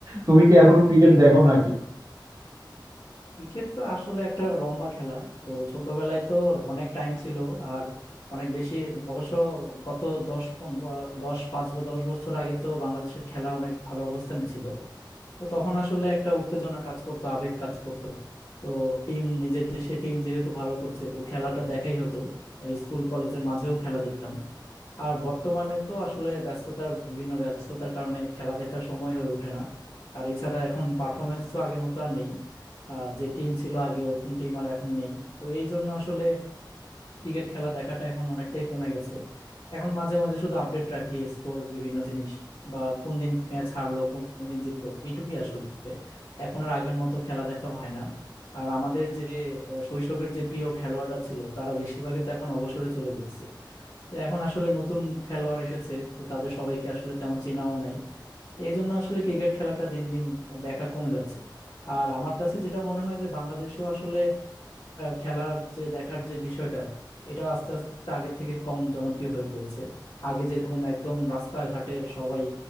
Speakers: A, on the right; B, on the left.
A: তুমি কি এখনো ক্রিকেট দেখো নাকি
B: ক্রিকেট তো আসলে একটা লম্বা খেলা তো ছোটবেলায় তো অনেক টাইম ছিল আর অনেক বেশি অবশ্য গত দশ পন- আহ, দশ পাঁচ বা দশ বছর আগে তো বাংলাদেশের খেলা অনেক ভালো অবস্থানে ছিল তো তখন আসলে একটা উত্তেজনা কাজ করতো আবেগ কাজ করতো তো টিম নিজের দেশে টিম যেহেতু ভালো করছে তো খেলাটা দেখাই হতো এই স্কুল কলেজের মাঝেও খেলা দেখতাম আর বর্তমানে তো আসলে ব্যস্ততার বিভিন্ন ব্যস্ততার কারণে খেলা দেখার সময় হয়ে ওঠে না আর এছাড়া এখন পারফরমেন্স তো আগের মতো আর নেই আহ, যে টিম ছিল আগে ওরকম টিম আর এখন নেই তো এই জন্য আসলে ক্রিকেট খেলা দেখাটা এখন অনেকটাই কমে গেছে এখন মাঝে মাঝে শুধু আপডেট রাখি স্কোর বিভিন্ন জিনিস বা কোন দিন ম্যাচ হারলো কোন দিন জিতলো এইটুকুই আসলে এখন আর আগের মতো খেলা দেখা হয় না আর আমাদের যে আহ, শৈশবের যে প্রিয় খেলোয়াড়রা ছিল তারা বেশিরভাগই তো এখন অবসরে চলে গেছে তো এখন আসলে নতুন খেলোয়াড় এসেছে তো তাদের সবাইকে আসলে তেমন চেনাও নাই এই জন্য আসলে ক্রিকেট খেলাটা দিন দিন দেখা কমে যাচ্ছে আর আমার কাছে যেটা মনে হয় যে বাংলাদেশেও আসলে আহ, খেলার যে দেখার যে বিষয়টা এটা আস্তে আস্তে আগের থেকে কম জনপ্রিয় হয়ে পড়েছে আগে যেরকম একদম রাস্তাঘাটের সবাই